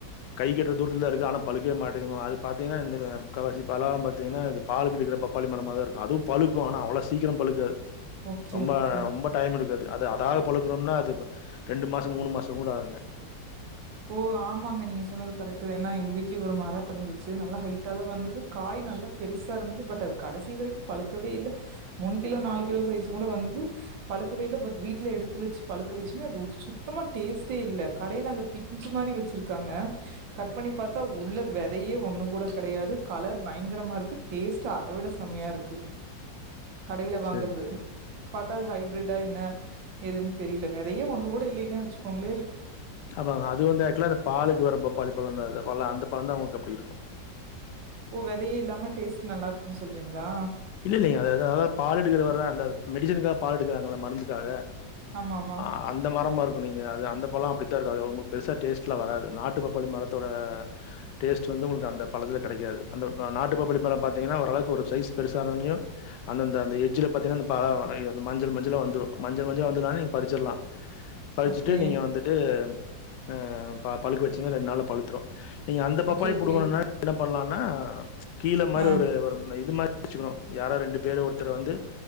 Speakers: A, on the left (about 75°); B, on the right (about 80°).
A: கை கெட்ற தூரத்துலதா இருக்கு ஆனா பழுக்கவே மாட்டேங்குதுமா அது பாத்தீங்கன்னா இந்த முக்காவாசி பழோம் பாத்தீங்கன்னா இந்த பாலுக்கு எடுக்குற பப்பாளி மரமாதா இருக்கு அதுவு பழுக்கும் ஆனா அவ்வளோ சீக்கிரம் பழுக்காது
B: ஓகே,
A: ரொம்பா
B: ஓகே.
A: ரொம்ப டைம் எடுக்கு அது அது அதாக பழுக்கணும்னா அது ப்ப ரெண்டு மாசோ மூணு மாசோ கூட ஆகுங்க
B: ஓ ஆமாங்க நீங்க சொன்னது கரெட்டுதா ஏன்னா எங்க வீட்லியு ஒரு மரோ இருந்துச்சு நல்லா ஹைட்டாதா வந்துது காய் நல்லா பெருசா இருந்துது பட் அது கடசி வரைக்கு பழுக்கவே இல்ல மூணு கிலோ நாலு கிலோ சைஸ் கூட வந்துது பழுக்கவே இல்ல பட் வீட்லே எடுத்து வெச்சு பழுக்க வெச்சுமே அது சுத்தமா டேஸ்ட்டே இல்ல கடைல அந்த பி பிஞ்சு மாரி வெச்சுருக்காங்க கட் பண்ணி பாத்தா உள்ள விதையே ஒன்னு கூட கெடையாது கலர் பயங்கரமாக இருக்கு டேஸ்டு அத விட செமையா இருக்கு கடைல வாங்குறது
A: சரி.
B: பாத்தா அது ஹைஃப்ரெட்டா என்ன ஏதுன் தெரியில வெதையே ஒண்ணு கூட இல்லீன்னே வெச்சுக்கோங்ளே
A: அப்பாங்க அது வந்து ஏக்சுவல்ல அந்த பாலுக்கு வர பப்பாளி பழந்தா அது இருக்குல அந்த பழந்தா அவங்களுக்கு அப்டி இருக்கு
B: ஓ வெதையே இல்லாம டேஸ்ட் நல்லா இருக்கும்ன் சொல்றீங்களா
A: இல்ல இல்லங்க அதாவ பால் எடுக்குற வர்ற அந்த மெடிசனுக்காக பால் எடுக்குறாங்கள மருந்துக்காக
B: ஆமா ஆமா
A: ஆ அந்த மரமா இருக் உனிங்க அது அந்த பழோ அப்டித்தா இருக்காது உங்களுக் பெருசா டேஸ்ட்லா வராது நாட்டுப் பப்பாளி மரத்தோட டேஸ்ட்டு வந்து உங்களுக்கு அந்த பழத்துல கெடைக்காது அந்த நாட்டுப் பப்பாளி மரோம் பாத்தீங்கன்னா ஒரளவுக்கு ஒரு சைஸ் பெருசானொனையோ அந்தந்த அந்த எஜ்ஜில பாத்தீங்கன்னா அ மஞ்சள் மஞ்சள் வந்துடு மஞ்சள் மஞ்சளா வந்துதானே நீங்க பருச்சுருலா பருச்சுட்டு
B: ஓகே
A: நீங்க வந்துட்டு ஆ ப பழுக்க வெச்சீங்கன்னா ரெண்டு நாள்ள பழுத்துரு நீங்க அந்த பப்பாளி
B: ஓகே ஓகே
A: புடுங்கோணுன்னா என்ன பண்லானா கீழ மாரி
B: ஆ
A: ஒரு ஒரு இத் வெச்சுக்கோ யாரோ ரெண்டு பேரு ஒருத்தர வந்து